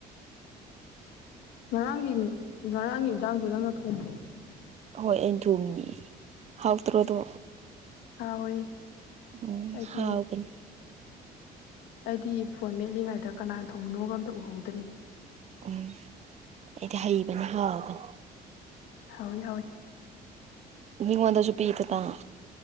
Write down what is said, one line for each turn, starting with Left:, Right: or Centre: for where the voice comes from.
Left: ꯉꯔꯥꯡꯒꯤ ꯉꯔꯥꯡꯒꯤ ꯏꯟꯁꯥꯡꯗꯨ ꯅꯪꯅ ꯊꯣꯡꯕ꯭ꯔꯣ
Right: ꯍꯣꯏ ꯑꯩꯅ ꯊꯣꯡꯉꯤꯅꯦ ꯍꯥꯎꯇ꯭ꯔꯣꯑꯗꯣ
Left: ꯍꯥꯎꯋꯦ
Right: ꯎꯝ
Left: ꯑꯩꯗꯤ
Right: ꯍꯥꯎꯕꯅꯤ
Left: ꯑꯩꯗꯤ ꯐꯣꯟ ꯃꯦꯠꯂꯤꯉꯩꯗ ꯀꯅꯥ ꯊꯣꯡꯅꯣꯒ ꯑꯝꯇ ꯎꯍꯧꯗ꯭ꯔꯦ
Right: ꯎꯝ ꯑꯩꯗꯤ ꯍꯩꯕꯅꯤ ꯍꯥꯎꯕꯅꯤ
Left: ꯍꯥꯎꯏ ꯍꯥꯎꯏ
Right: ꯃꯤꯉꯣꯟꯗꯁꯨꯨ ꯄꯤꯗꯅ